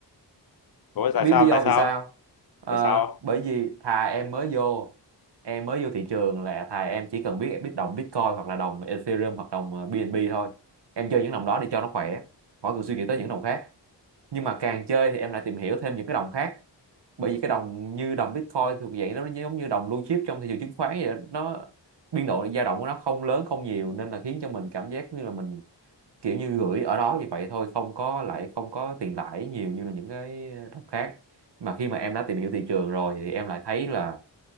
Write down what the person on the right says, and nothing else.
biết
lý do
vì
sao Ờ,
bởi vì thà em mới vô em mới vô thị trường là thà em chỉ cần biết biết đồng Bitcoin hoặc là đồng Ethereum hoặc đồng ờ, BNB thôi em chơi những đồng đó đi cho nó khỏe khỏi cần suy nghĩ tới những đồng khác nhưng mà càng chơi thì em lại tìm hiểu thêm những cái đồng khác bởi vì cái đồng như đồng Bitcoin thuộc dạng nó giống như đồng blue chip trong thị trường chứng khoán vậy đó. nó biên độ dao động của nó không lớn không nhiều nên là khiến cho mình cảm giác như là mình kiểu như gửi ở đó như vậy thôi không có lại không có tiền lãi nhiều như là những cái ờ, đồng khác mà khi mà em đã tìm hiểu thị trường rồi thì em lại thấy là